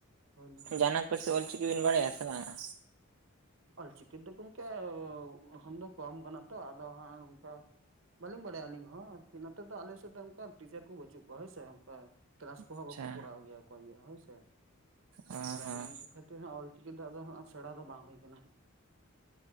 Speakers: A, on the right; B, on the right.
A: ᱦᱳᱭ ᱞᱤᱧ
B: ᱡᱟᱱᱟᱢ ᱯᱟᱹᱨᱥᱤ ᱚᱞ ᱪᱤᱠᱤ ᱵᱤᱱ ᱵᱟᱰᱟᱭᱟ ᱥᱮ ᱵᱟᱝᱟ?
A: ᱚᱞᱪᱤᱠᱤ ᱫᱚ ᱜᱚᱢᱠᱮ ᱦᱮ ᱫᱚ ᱠᱚᱢ ᱠᱟᱱᱟ ᱛᱚ ᱟᱫᱚ ᱦᱟᱸᱜ ᱱᱚᱝᱠᱟ ᱵᱟᱹᱞᱤᱧ ᱵᱟᱲᱟᱭᱟ ᱟᱹᱞᱤᱧ ᱦᱚᱸ ᱟᱨᱠᱤ ᱱᱚᱛᱮ ᱫᱚ ᱟᱞᱮᱥᱮᱫ ᱫᱚ ᱚᱱᱠᱟ ᱴᱤᱪᱟᱨ ᱠᱚ ᱵᱟᱹᱩᱜ ᱠᱚᱣᱟ ᱦᱳᱭ ᱥᱮ ᱚᱱᱠᱟ ᱠᱞᱟᱥ ᱠᱚᱦᱚᱸ
B: ᱟᱪᱪᱷᱟ
A: ᱵᱟᱠᱚ ᱠᱚᱨᱟᱣ ᱜᱮᱭᱟ ᱚᱠᱚᱭ ᱜᱮ ᱦᱳᱭᱥᱮ
B: ᱚ
A: ᱛᱯᱚᱨᱮ
B: ᱦᱚᱸ
A: ᱚᱱᱮ ᱚᱱᱠᱟ ᱠᱷᱟᱹᱛᱤᱨ ᱦᱚᱸ ᱚᱞᱪᱤᱠᱤ ᱫᱟᱜ ᱫᱚ ᱥᱮᱬᱟ ᱫᱚ ᱵᱟᱝ ᱦᱩᱭ ᱠᱟᱱᱟ